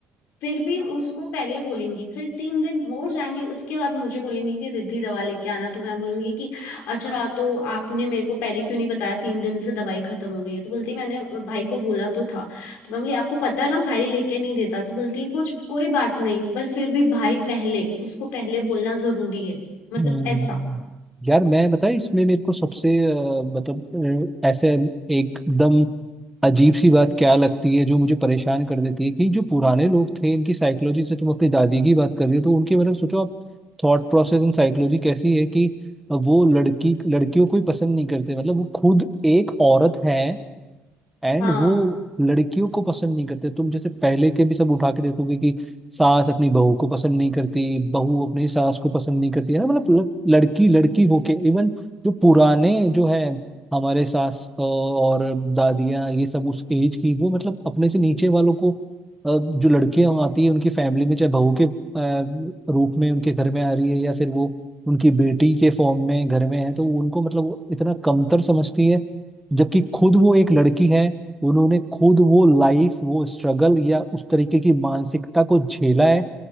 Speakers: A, on the left (about 85°); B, in the centre.
A: फिर भी उसको पहले बोलेंगी फिर तीन दिन हो जाएंगे उसके बाद मुझे बोलेंगी कि रिद्धि दवा लेके आना तो मैं बोलूंगी कि अच्छा तो आपने मेरे को पहले क्यों नहीं बताया तीन दिन से दवाई खत्म हो गई है तो बोलती है, मैंने भाई को बोला तो था तो मैं बोली आपको पता है ना भाई लेके नहीं देता तो बोलती है कुछ कोई बात नहीं पर फिर भी भाई पहले उसको पहले बोलना जरूरी है मतलब
B: हम्म,
A: ऐसा
B: यार मैं बताया इसमें मेरे को सबसे अ, मतलब अ, ऐसे एकदम अजीब सी बात क्या लगती है जो मुझे परेशान कर देती है कि जो पुराने लोग थे इनकी साइकोलॉजी से तुम अपनी दादी की बात कर रही हो तो उनके मतलब सोचो आप थॉट प्रोसेस एंड साइकोलॉजी कैसी है कि वो लड़की लड़कियों को ही पसंद नहीं करते मतलब वो खुद एक औरत है एंड
A: हाँ
B: वो लड़कियों को पसंद नहीं करते तुम जैसे पहले के भी सब उठा के देखोगे कि सास अपनी बहू को पसंद नहीं करती बहू अपनी सास को पसंद नहीं करती है ना मतलब ल- लड़की लड़की होके इवन जो पुराने जो है हमारे सास अ, और दादियाँ ये सब उस एज की वो मतलब अपने से नीचे वालों को अ, जो लड़कियां आती है उनकी फैमिली में चाहे बहू के अ, रूप में उनके घर में आ रही है या फिर वो उनकी बेटी के फॉर्म में घर में है तो उनको मतलब वो इतना कमतर समझती है जबकि खुद वो एक लड़की है उन्होंने खुद वो लाइफ वो स्ट्रगल या उस तरीके की मानसिकता को झेला है